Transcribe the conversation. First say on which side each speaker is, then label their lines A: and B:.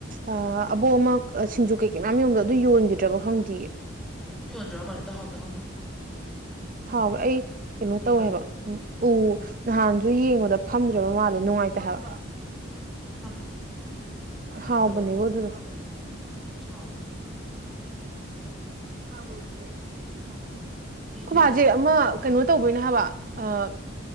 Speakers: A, on the right; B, in the centre.
A: ꯑꯥ ꯑꯕꯣꯛ ꯑꯃ ꯁꯤꯡꯖꯨ ꯀꯩꯀꯩ ꯃꯌꯥꯝ ꯌꯣꯟꯕꯗꯣ ꯑꯗꯨ ꯌꯣꯟꯈꯤꯗ꯭ꯔꯕꯣ ꯈꯪꯗꯤꯌꯦ
B: ꯎꯝ ꯑꯗꯨ ꯌꯣꯟꯗ꯭ꯔ ꯃꯥꯂꯦꯗꯣ ꯑꯗꯨ ꯍꯥꯎꯗꯤ ꯍꯥꯎꯕꯅꯦ
A: ꯍꯥꯎꯕ ꯑꯩ ꯀꯩꯅꯣ
B: ꯁꯤꯈ꯭ꯔꯕ
A: ꯇꯧꯋꯦ ꯍꯥꯏꯕ꯫ ꯎ ꯎ ꯅꯍꯥꯟꯁꯨ ꯌꯦꯡꯕꯗ ꯐꯝꯗ꯭ꯔꯕ ꯃꯥꯜꯂꯦ ꯅꯨꯡꯉꯥꯏꯇꯦ ꯍꯥꯏꯕ꯫
B: ꯐꯝꯗꯦ꯫ ꯐꯝꯗ꯭ꯔꯕ
A: ꯍꯥꯎꯕꯅꯤꯕꫭ ꯑꯗꯨꯗꫭ꯫
B: <unintelligible>
A: <inaudible>
B: ꯃꯤꯁꯦ
A: ꯈꯣꯏ ꯃꯥꯖꯦ
B: ꯁꯨꯝ
A: ꯑꯃꯥ ꯀꯩꯅꯣ ꯇꯧꯕꯩꯅꯦ ꯍꯥꯏꯕ ꯑ